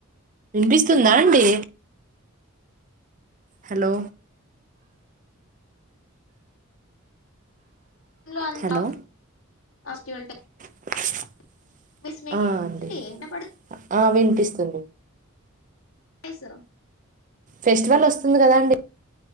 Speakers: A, on the right; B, on the left.
A: వినిపిస్తుందా అండి. హలో
B: <unintelligible>
A: హలో <inaudible>
B: <unintelligible>
A: ఆ అండి ఆ వినిపిస్తుంది.
B: వాయిసు
A: ఫెస్టివల్ వస్తుంది గదా అండి